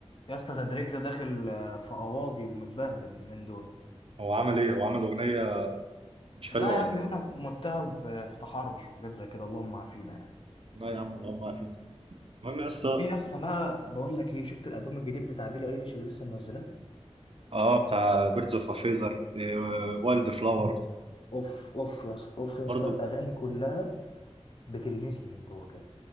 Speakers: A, on the left; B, on the right.
A: يا اسطى ده دريك ده داخل آه، في قواضي ومتبهدل من دول
B: هو عمل ايه هو عمل اغنيه مش حلوه
A: لا يا
B: ولا
A: عم بيقول
B: ايه
A: لك متهم في في تحرش وحاجات زي كده اللهم عافينا يعني
B: لا يا عم اللي هم عارفين المهم يا اسطى
A: في يا اسطى بقى بقول لك ايه شفت الالبوم الجديد بتاع بيلي ايليش اللي لسه منزلاه
B: اه بتاع بيردز اوف فيزر وايلد فلاور
A: اوف اوف يا اسطى اوف يا اسطى
B: برضه
A: الاغاني كلها بتلمسني من جوه كده